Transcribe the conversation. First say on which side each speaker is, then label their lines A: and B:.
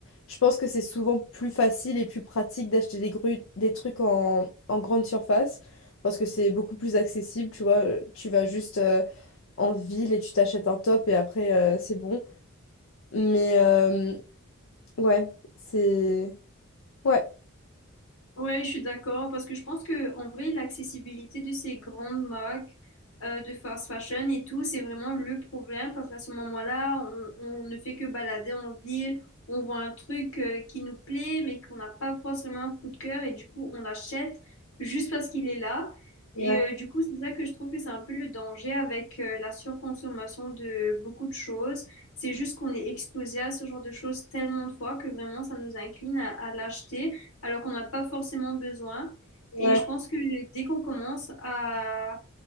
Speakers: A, on the left; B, on the left.
A: je pense que c'est souvent plus facile et plus pratique d'acheter des gru- des trucs en, en grande surface parce que c'est beaucoup plus accessible, tu vois. Tu vas juste euh, en ville et tu t'achètes un top et après, euh, c'est bon. Mais euh, ouais, c'est... Ouais.
B: Ouais, je suis d'accord parce que je pense que en vrai, l'accessibilité de ces grandes marques euh, de fast fashion et tout, c'est vraiment le problème parce qu'à ce moment-là, on, on ne fait que balader en ville, on voit un truc euh, qui nous plaît mais qu'on n'a pas forcément un coup de cœur et du coup, on l'achète juste parce qu'il est là.
A: Ouais,
B: Et euh, du coup, c'est ça que je trouve que c'est un peu le danger avec euh, la surconsommation de beaucoup de choses. C'est juste qu'on est exposé à ce genre de choses tellement de fois que vraiment, ça nous incline à à l'acheter alors qu'on n'a pas forcément besoin.
A: ouais,
B: Et je pense que dès qu'on commence à,